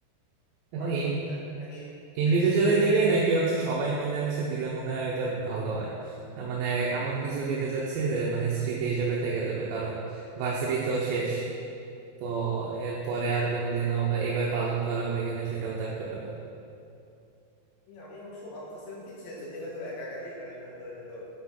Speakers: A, on the right; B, on the left.
A: এখন
B: বার্থডে গিফটটা নাকি
A: ইন্ডিভিজুয়ালি
B: নাকি সবাই
A: দিবে
B: মিলে একটা
A: নাকি
B: কিছু
A: হচ্ছে
B: দিবি
A: সবাই মিলে হচ্ছে দিলে মনে হয় এটা ভালো হয় তার মানে এমন কিছু দিতে চাচ্ছি যে মানে স্মৃতি হিসেবে থেকে যাবে কারণ ভার্সিটি তো শেষ তো এরপরে আর কোনোদিনও বা এইভাবে পালন করা হবে কিনা সেটাও তো একটা ব্যাপার
B: আমি আমি অবশ্য ভাবতেছিলাম কি যে যদি হয়তো একা একা দিই তাহলে হয়তো ওই যে তোর